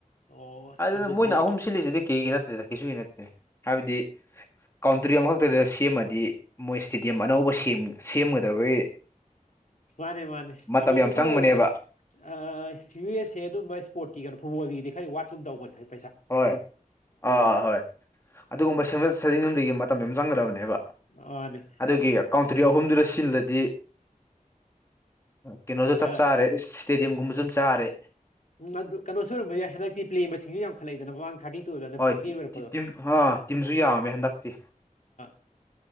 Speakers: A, on the left; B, on the left.
A: ꯑꯣ ꯑꯁ
B: ꯑꯗꯨꯅ
A: ꯑꯗꯨꯗꯤ
B: ꯃꯣꯏꯅ ꯑꯍꯨꯝ ꯁꯤꯜꯂꯤꯁꯤꯗꯤ ꯀꯩꯒꯤ ꯅꯠꯇꯦꯗ ꯀꯩꯁꯨꯒꯤ ꯅꯠꯇꯦ ꯍꯥꯏꯕꯗꯤ ꯀꯟꯇ꯭ꯔꯤ ꯑꯃꯈꯛꯇꯗ ꯁꯦꯝꯃꯗꯤ ꯃꯣꯏ ꯏꯁꯇꯦꯗꯤꯌꯝ ꯑꯅꯧꯕ ꯁꯦꯝ ꯁꯦꯝꯒꯗꯕꯒꯤ
A: ꯃꯥꯅꯦ ꯃꯥꯅꯦ
B: ꯃꯇꯝ
A: ꯀꯩꯅꯣꯁꯨ
B: ꯌꯥꯝ ꯆꯪꯕꯅꯦꯕ
A: ꯈꯔ ꯑꯣꯏꯕꯅꯦ ꯑ ꯌꯨ ꯑꯦꯁ ꯑꯦ ꯑꯗꯨꯝꯕ ꯏꯁꯄꯣꯔꯠꯀꯤ ꯀꯩꯅꯣ ꯐꯨꯠꯕꯣꯜꯒꯤꯗꯤ ꯈ ꯋꯥꯠꯀꯨꯝ ꯇꯧꯕꯅꯤ ꯍꯥꯏ
B: ꯍꯣꯏ ꯑꯥ ꯍꯣꯏ ꯑꯗꯨꯒꯨꯝꯕ ꯁꯦꯝꯒꯠ ꯁꯥꯖꯤꯗꯒꯤ ꯆꯪꯒꯗꯕꯅꯦꯕ
A: ꯃꯥꯅꯤ
B: ꯑꯗꯨꯒꯤ ꯀꯥꯎꯟꯇ꯭ꯔꯤ ꯑꯍꯨꯝꯗꯨꯗ ꯁꯤꯜꯂꯗꯤ ꯀꯩꯅꯣꯁꯨ
A: ꯈꯔ
B: ꯆꯞ ꯆꯥꯔꯦ ꯏꯁꯇꯦꯗꯤꯌꯝꯒꯨꯝꯕ ꯁꯨꯝ ꯆꯥꯔꯦ
A: ꯎꯝ ꯑꯗꯨ ꯀꯩꯅꯣꯁꯨ ꯑꯣꯏꯔꯝꯕ ꯌꯥꯏ ꯍꯟꯗꯛꯇꯤ ꯄ꯭ꯂꯦ ꯃꯁꯤꯡꯁꯨ ꯌꯥꯝꯈꯠꯂꯛꯏꯗꯅ ꯃꯃꯥꯡ ꯊꯥꯔꯇꯤ
B: ꯍꯣꯏ ꯇꯤꯝ ꯑꯥ ꯇꯤꯝꯁꯨ ꯌꯥꯝꯃꯦ ꯍꯟꯗꯛꯇꯤ
A: <unintelligible>